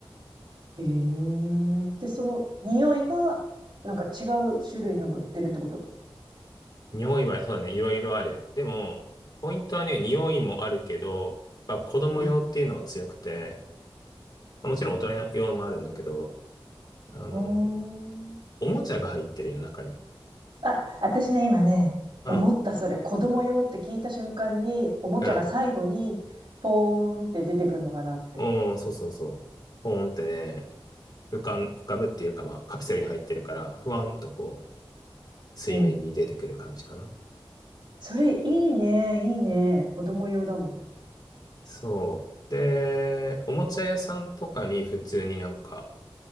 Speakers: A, on the right; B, on the left.
A: へえ、で、その匂いが、なんか違う種類のが売ってるってこと。
B: 匂いはそうだね、いろいろある。でも、ポイントはね、匂いもあるけど、まあ、子供用っていうのが強くて、
A: うん。
B: まあもちろん大人用もあるんだけど、あの、
A: おー
B: おもちゃが入ってるよ、中に。
A: あ、私ね、今ね、
B: うん。
A: 思ったそれ、子供用って聞いた瞬間に、おもちゃが最後に、
B: うん
A: ポーンって出てくるのかなって。
B: うん、そうそうそう。ポーンってね、浮かん、浮かぶっていうか、まあ、カプセルに入ってるから、ふわんとこう、水面に出てくる感じかな。
A: うん。それ、いいね、いいね。子供用だもん。
B: そう。で、おもちゃ屋さんとかに普通になんか、